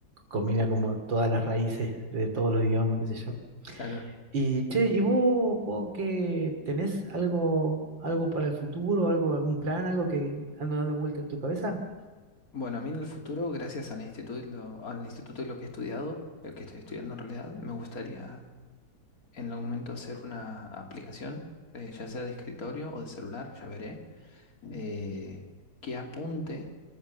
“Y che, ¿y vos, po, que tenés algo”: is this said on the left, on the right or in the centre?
Right